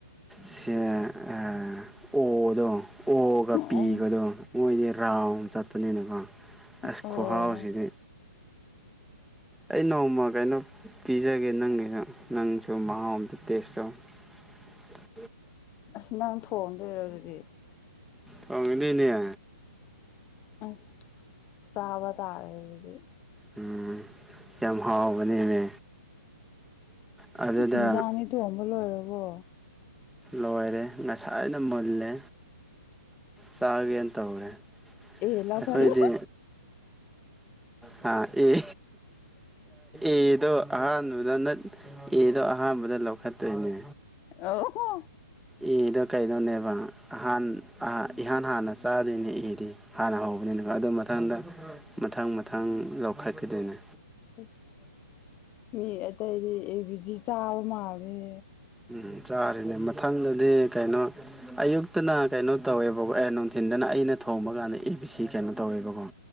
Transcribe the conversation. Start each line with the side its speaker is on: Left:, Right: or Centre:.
Centre: ꯁꯤ ꯑꯣꯗꯣ ꯑꯣꯒ
Left: ꯑꯣ
Centre: ꯄꯤꯒꯗꯣ ꯃꯣꯏꯗꯤ ꯔꯥꯎꯟ ꯆꯠꯄꯅꯤꯅꯀꯣ ꯑꯁ
Left: ꯑꯣ
Centre: ꯈꯨꯍꯥꯎꯁꯤꯗꯤ ꯑꯩ ꯅꯣꯡꯃ ꯀꯩꯅꯣ ꯄꯤꯖꯒꯦ ꯅꯪꯒꯤꯁꯨ ꯅꯪꯁꯨ ꯃꯍꯥꯎ ꯑꯝꯇ ꯇꯦꯁ ꯇꯧ <unintelligible>
Left: ꯑꯁ ꯅꯪ ꯊꯣꯡꯗꯣꯏꯔꯣ ꯑꯗꯨꯗꯤ
Centre: ꯊꯣꯡꯗꯣꯏꯅꯦ
Left: ꯑꯁ ꯆꯕꯥ ꯇꯥꯔꯦ ꯑꯗꯨꯗꯤ
Centre: ꯎꯝ ꯌꯥꯝ ꯍꯥꯎꯕꯅꯦꯃꯦ ꯑꯗꯨꯗ
Left: ꯏꯟꯖꯥꯡꯗꯤ ꯊꯣꯡꯕ ꯂꯣꯏꯔꯕꯣ
Centre: ꯂꯣꯏꯔꯦ ꯉꯁꯥꯏꯅ ꯃꯨꯜꯂꯦ ꯆꯥꯒꯦꯅ ꯇꯧꯔꯦ
Left: ꯑꯦ ꯂꯧꯈꯠꯂꯣ
Centre: ꯑꯩꯈꯣꯏꯗꯤ ꯍꯥꯥ ꯑꯦ ꯑꯦꯗꯣ ꯑꯍꯥꯟꯕꯗ ꯑꯦꯗꯣ ꯑꯍꯥꯟꯕꯗ ꯂꯧꯈꯠꯇꯣꯏꯅꯦ
Left: ꯑ ꯍꯣ
Centre: ꯑꯦꯗꯣ ꯀꯩꯗꯧꯅꯦꯕ ꯑꯍꯥꯟ ꯏꯍꯥꯟ ꯍꯥꯟꯅ ꯆꯥꯗꯣꯏꯅꯦ ꯑꯦꯗꯤ ꯍꯥꯟꯅ ꯍꯧꯕꯅꯤꯅꯦꯕ ꯑꯗꯨ ꯃꯊꯪꯗ ꯃꯊꯪ ꯃꯊꯪ ꯂꯧꯈꯠ ꯀꯗꯅꯦ
Left: ꯑꯁ ꯃꯤ ꯑꯇꯩꯗꯤ ꯑꯩ ꯕꯤ ꯖꯤ ꯆꯥꯕ ꯃꯥꯜꯂꯦ
Centre: ꯎꯝ ꯆꯥꯔꯤꯅꯦ ꯃꯊꯪꯗꯗꯤ ꯀꯩꯅꯣ ꯑꯌꯨꯛꯇꯅ ꯀꯩꯅꯣ ꯇꯧꯋꯦꯕꯀꯣ ꯑꯦ ꯅꯨꯡꯊꯤꯟꯜꯗꯅ ꯑꯩꯅ ꯊꯣꯡꯕ ꯀꯥꯟꯗ ꯑꯦ ꯕꯤ ꯁꯤ ꯀꯩꯅꯣ ꯇꯧꯋꯦꯕꯀꯣ